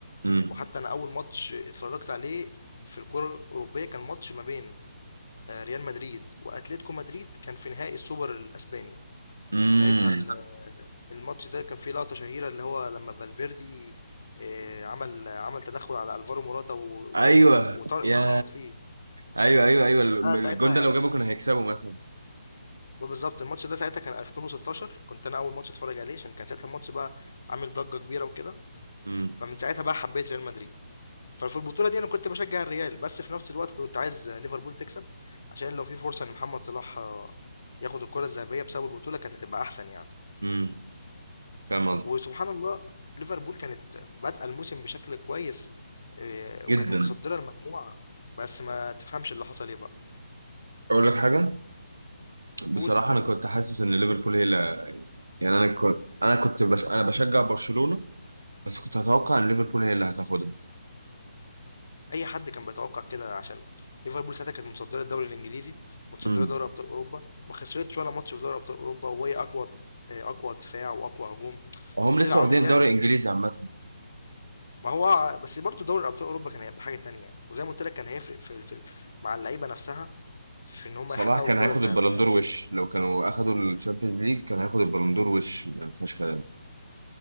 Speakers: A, on the right (about 85°); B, on the left (about 65°).
A: امم
B: وحتى انا اول ماتش اتفرجت عليه في الكرة الأوروبية كان ماتش ما بين آه، ريال مدريد وأتلتيكو مدريد كان في نهائي السوبر الأسباني
A: امم
B: ساعتها ال- الماتش ده كان فيه لقطة شهيرة اللي هو لما فالفيردي آه، عمل عمل تدخل على ألفارو موراتا و-
A: ايوه
B: و- وطار-
A: يا
B: وطرد فيه
A: ايوه ايوه ايوه الجون
B: لا ساعتها
A: ده لو جابه كانوا هيكسبوا مثلا
B: بالظبط الماتش ده ساعتها كان 2016 كنت انا اول ماتش اتفرج عليه عشان كان ساعتها الماتش بقى عامل ضجة كبيرة وكده
A: امم
B: فمن ساعتها بقى حبيت ريال مدريد ففي البطولة دي أنا كنت باشجع الريال، بس في نفس الوقت كنت عايز ليفربول تكسب، عشان لو في فرصة إن محمد صلاح آه، ياخد الكرة الذهبية بسبب البطولة كانت هتبقى أحسن يعني،
A: امم فاهم قصدي؟
B: وسبحان الله ليفربول كانت بادئة الموسم بشكل كويس آه، وكانت
A: جدا
B: متصدرة المجموعة بس ما تفهمش اللي حصل إيه بقى،
A: اقول لك حاجة بصراحة
B: قول
A: انا كنت حاسس ان ليفربول هي اللي يعني انا كنت انا كنت بش... انا بشجع برشلونة بس كنت اتوقع ان ليفربول هي اللي هتاخدها
B: أي حد كان بيتوقع كده عشان ليفربول ساعتها كانت متصدرة الدوري الإنجليزي، متصدرة
A: امم
B: دوري أبطال أوروبا، ما خسرتش ولا ماتش في دوري أبطال أوروبا وهي أقوى آه، أقوى دفاع وأقوى هجوم،
A: هم
B: فكل
A: لسه
B: العوامل
A: واخدين
B: ديت
A: الدوري الانجليزي عامه
B: ما هو بس برضه دوري ابطال اوروبا كان هيبقى حاجه تانية وزي ما قلت لك كان هيفرق في, في مع اللعيبه نفسها في ان هم
A: صلاح
B: يحققوا
A: كان
B: الكره
A: هياخد
B: الذهبيه
A: البلندور
B: او كده
A: وش لو كانوا اخدوا الشامبيونز ليج كان هياخد البلندور وش ما فيهاش كلام